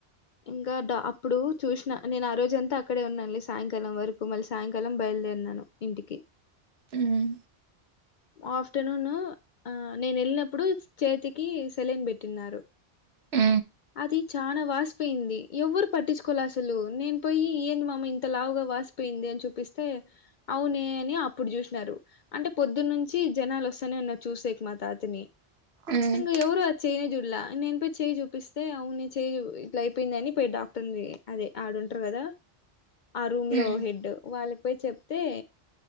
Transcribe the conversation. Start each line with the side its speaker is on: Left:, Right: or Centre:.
Left: ఇంకా డా అప్పుడు చూసిన నేను ఆ రోజంతా అక్కడే ఉన్నాన్లే సాయంకాలం వరకు మళ్ళీ సాయంకాలం బయలుదేరినాను. ఇంటికి
Right: ఉమ్
Left: ఆఫ్టర్నూన్ ఆ నేనెళ్ళినప్పుడు చేతికి సెలెన్ పెట్టిన్నారు
Right: ఉ
Left: అది చానా వాసిపోయింది ఎవ్వరు పట్టిచ్చుకోలా అసలు నేన్ పోయి ఏంది మామ ఇంతలావుగా వాసిపో పోయింది అని చూపిస్తే అవునే అని అప్పుడు చూసినారు అంటే పొద్దున్నుంచి జనాలు వస్తానే ఉన్నారు చూసేకి మా తాతని
Right: మ్
Left: ఇంగ ఎవరు ఆ చేయినే చూడ్లా నేను పోయి చేయి చూపిస్ అయితే అవును చేయిని ఇట్లా అయిపోయిందని పోయి డాక్టర్ని అదే ఆడుంటారు కదా ఆ రూమ్
Right: మ్ మ్
Left: లో హెడ్డు వాళ్ళక్ పోయి చెప్తే